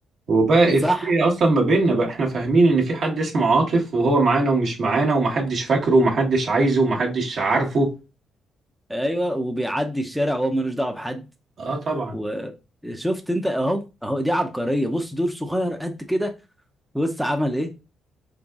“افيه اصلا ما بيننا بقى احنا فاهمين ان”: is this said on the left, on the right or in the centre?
Right